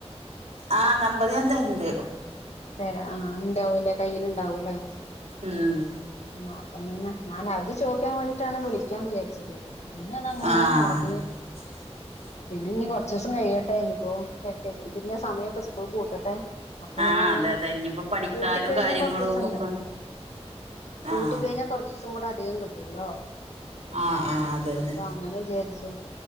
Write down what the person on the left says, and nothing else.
തരാ ആ ഇണ്ടാവൂല്ലേ കയ്യി ല്ണ്ടാവൂല്ലേ
ആഹ് അപ്പൊതന്നെ ഞാനത് ചോക്കാൻ വേണ്ടീട്ടാണ് വിളിക്കാൻ വിചാരിച്ചത് പിന്നെതങ്ങനെ
മറന്നു
പിന്നെഞ്ഞ് കൊർച്ചൂസം കഴിയട്ടെ. ഇഞ്ഞ് പ്പൊ വെക്കേഷ ഇതിന്റെ സമയൊക്കെ സ്കൂൾ പൂട്ടട്ടെ അപ്പൊ
പിന്നെന്നാ
പൂട്ടിക്കഴിഞ്ഞ
കൊർച്ചൂസണ്ടല്ലോ
പൂട്ടി
കഴിഞ്ഞാ കൊർച്ചൂസം കൂടെ അധികം കിട്ടൂലോ
അപ്പൊ അങ്ങനെ വിചാര്ച്ചു